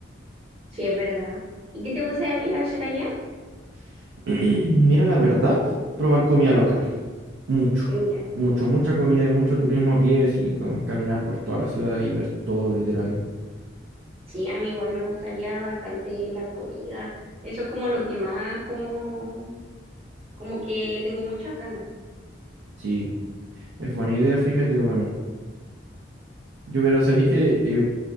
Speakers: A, on the right; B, on the right.
A: sí, es verdad. ¿Y qué te gustaría hacer allá?
B: <clears throat> Mira, la verdad, probar comida local. Mucho,
A: Ya.
B: mucho, mucha comida y mucho turismo a pie, y con caminar por toda la ciudad y ver todo, literal.
A: Sí, a mí igual me gustaría bastante la comida. Eso es como lo que más, como, como que tengo muchas ganas.
B: Sí, es buena idea, fíjate, bueno. Yo, pero sabéis que